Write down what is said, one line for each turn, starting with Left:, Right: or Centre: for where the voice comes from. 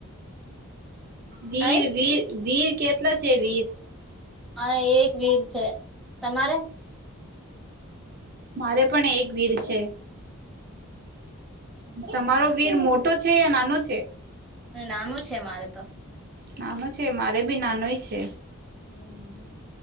Right: વીર,
Centre: કઈ
Right: વીર, વીર કેટલા છે? વીર.
Centre: હ, એક વીર છે. તમારે?
Right: મારે પણ એક વીર છે.
Centre: હમ.
Right: તમારો વીર મોટો છે? યા નાનો છે?
Centre: નાનો છે મારે તો.
Right: નાનો છે, મારે બી નાનોય છે.
Centre: હમ.